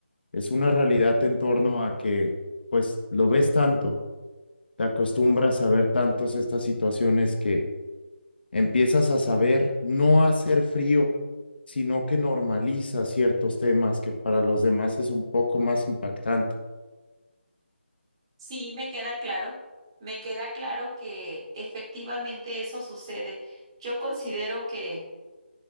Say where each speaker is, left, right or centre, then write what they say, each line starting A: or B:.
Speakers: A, on the left (about 60°); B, on the right (about 25°).
A: es una realidad en torno a que pues lo ves tanto, te acostumbras a ver tantos estas situaciones que empiezas a saber no a hacer frío, sino que normaliza ciertos temas que para los demás es un poco más impactante.
B: Sí, me queda claro. Me queda claro que efectivamente eso sucede. Yo considero que